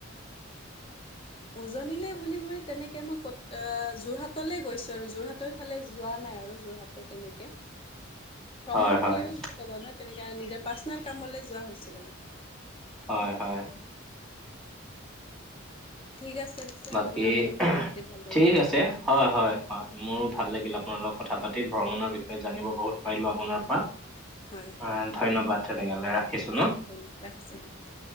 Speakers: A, on the left; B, in the centre.
A: উজনিলে বুলি বুলি তেনেকে মই ক'ত যোৰহাটলৈ গৈছোঁ আৰু যোৰহাটৰ ফালে যোৱা নাই আৰু যোৰহাটৰ তেনেকে। ভ্ৰমণ
B: হয় হয়
A: বুলিও ক'ব নহয়, তেনেকে নিজৰ পাৰ্চনেল কামলৈ যোৱা হৈছিল আৰু।
B: হয় হয়।
A: ঠিক আছে। পিছে
B: বাকী,
A: আপোনাৰ লগত কথা পাতি ভাল লাগিল
B: ঠিক আছে। হয় হয় হয় মোৰো ভাল লাগিল আপোনাৰ লগত কথা পাতি, ভ্ৰমণৰ বিষয়ে জানিব বহুত পাৰিলোঁ আপোনাৰ পৰা।
A: হয়
B: অ ধন্যবাদ তেনেহলে,
A: ঠিক
B: ৰাখিছো ন?
A: <inaudible> <inaudible>